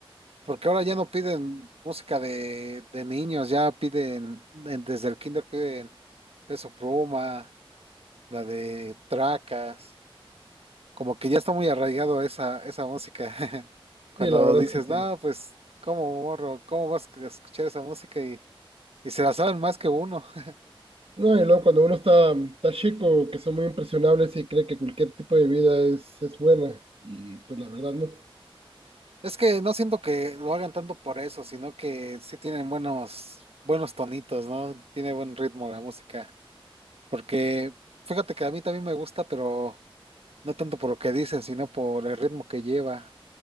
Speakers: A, on the right (about 85°); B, on the right (about 75°).
A: porque ahora ya no piden música de, de niños, ya piden, de- desde el kinder piden Peso Pluma, la de Tracas, como que ya está muy arraigado esa, esa música. <laughs> Cuando
B: Sí, la verdad
A: dices,
B: es que sí.
A: no, pues, ¿cómo morro? ¿Cómo vas a escuchar esa música? Y, y se la saben más que uno. <laughs>
B: No, y luego cuando uno está, está chico, que son muy impresionables y cree que cualquier tipo de vida es, es buena, y pues la verdad no.
A: Es que no siento que lo hagan tanto por eso, sino que sí tienen buenos, buenos tonitos, ¿no? Tiene buen ritmo la música. Porque, fíjate que a mí también me gusta, pero No tanto por lo que dicen, sino por el ritmo que lleva.